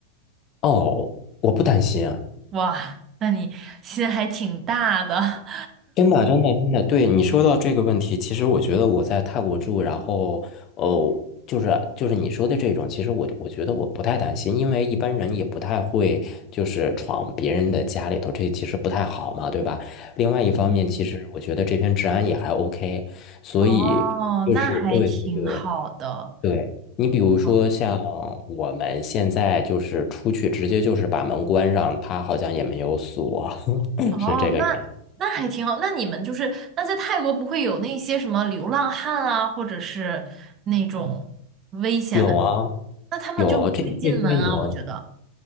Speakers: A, on the left (about 35°); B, on the right (about 30°).
A: 哦，我不担心。
B: 哇，那你心还挺大的。
A: 真的，真的，真的，对你说到这个问题，其实我觉得我在泰国住，然后，呃，就是就是你说的这种，其实我我觉得我不太担心，因为一般人也不太会就是闯别人的家里头，这其实不太好嘛，对吧？另外一方面，
B: <laughs> 嗯
A: 其实我觉得这边治安也还 OK，所以就是对对对
B: 哦，那还挺好的。
A: 对，你比如说像我们现在就是出去直接就是把门关上，
B: 哇，
A: 他好像也没有锁，<laughs>
B: 哦，
A: 是这个样子
B: 那那还挺好。那你们就是那在泰国不会有那些什么流浪汉啊，或者是那种危险的，
A: 有啊。
B: 那他们就不会进门啊，
A: 有这这些有
B: 我觉得。